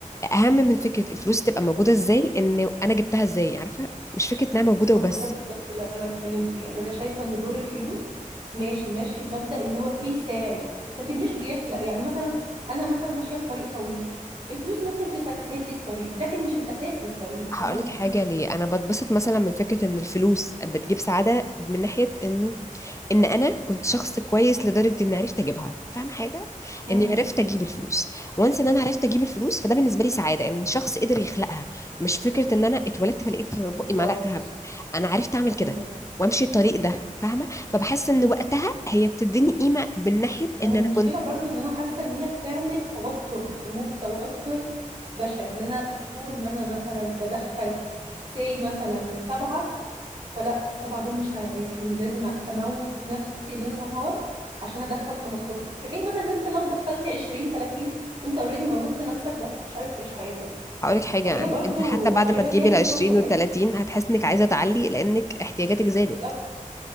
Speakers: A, on the left; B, on the right.
A: اهم من فكره الفلوس تبقى موجوده ازاي ان انا جبتها ازاي عارفه مش فكره انها موجوده
B: ما
A: وبس
B: هو ده بالظبط اللي انا بتكلم فيه يعني انا شايفه ان دور الفلوس ماشي ماشي بمبدا ان هو بيساعد لكن مش بيخلق يعني مثلا انا مثلا ماشيه في طريق طويل الفلوس ممكن تسهل لي الطريق لكن مش الاساس للطريق
A: هقولك
B: فاهمه قصدي
A: حاجة ليه أنا بتبسط مثلا من فكرة إن الفلوس بتجيب سعادة من ناحية إنه إن أنا كنت شخص كويس لدرجة إني عرفت أجيبها فاهمة حاجة؟
B: امم
A: إني عرفت أجيب الفلوس وانس إن أنا عرفت أجيب الفلوس فده بالنسبة لي سعادة إن شخص قدر يخلقها مش فكرة إن أنا اتولدت فلقيت في بقي
B: بالظبط
A: معلقة دهب أنا عرفت أعمل كده
B: بالظبط
A: وامشي الطريق ده فاهمه فبحس ان وقتها هي بتديني قيمه من ناحيه
B: ما
A: ان
B: هي المشكلة
A: انا كنت
B: برضو ان انا حاسة ان هي بتعمل توتر ريموت توتر بشع ان انا طول ما انا مثلا بدخل سي مثلا سبعة فلا السبعة دول مش هيعيشوني لازم اموت نفسي ليل نهار عشان ادخل 15 في حين مثلا ان انت لو دخلت 20 30 انت اوريدي موتت نفسك ما مش عارف تعيش حياتك
A: هقولك حاجه
B: فهي
A: أنا-
B: برضو
A: انت حتى بعد
B: شايفة
A: ما تجيبي
B: ان هي نسبة
A: ال 20
B: وتناسب
A: وال 30 هتحس انك عايزه تعلي لانك احتياجاتك زادت
B: بالظبط